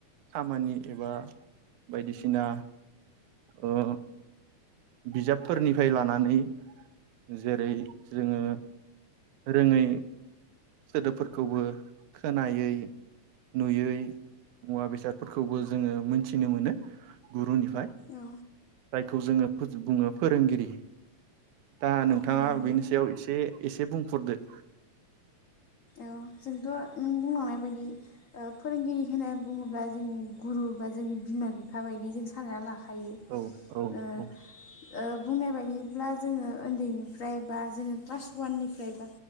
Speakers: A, on the right; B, on the left.
A: खामानि एबा बायदिसिना ओ बिजाबफोरनिफ्राय लानानै जेरै जोङो रोङै सोदोबफोरखौबो खोनायै नुयै मुवा बेसादफोरखौबो जोङो मोनथिनो मोनो गुरुनिफ्राय।
B: औ।
A: जायखौ जोङो बुङो फोरोंगिरि। दा नोंथाङा
B: औ औ औ
A: बेनि सायाव एसे एसे बुंफोरदो
B: ओ जोंथ' नों बुंलांनाय बायदि फोरोंगिरि होनना बुङोब्ला जोंनि गुरु बा जोंनि बिमा बिफा बायदि जों सानना लाखायो खायो
A: औ औ
B: ओ
A: औ
B: ओ बुंनाय बायदिब्ला जोङो उन्दैनिफ्राय बा जोङो क्लास वाननिफ्राय बा